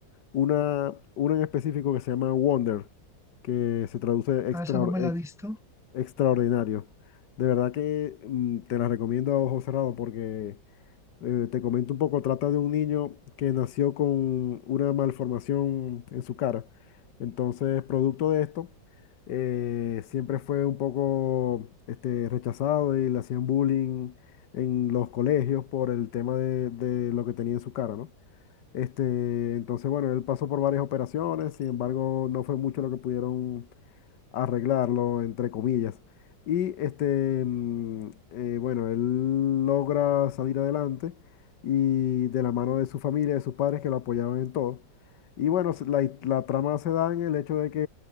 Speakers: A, on the left (about 65°); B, in the centre.
A: una, una en específico que se llama Wonder, que se traduce extra-
B: Ah, esa no me
A: ex-
B: la he visto,
A: extraordinario. De verdad que mm, te la recomiendo a ojo cerrado porque eh, te comento un poco, trata de un niño que nació con una malformación en su cara. Entonces, producto de esto, eh, siempre fue un poco este, rechazado y le hacían bullying en los colegios por el tema de, de lo que tenía en su cara, ¿no? Este, entonces, bueno, él pasó por varias operaciones, sin embargo, no fue mucho lo que pudieron arreglarlo, entre comillas. Y este, mm, eh, bueno, él logra salir adelante y de la mano de su familia, de sus padres que lo apoyaban en todo. Y bueno, se- la, la trama se da en el hecho de que,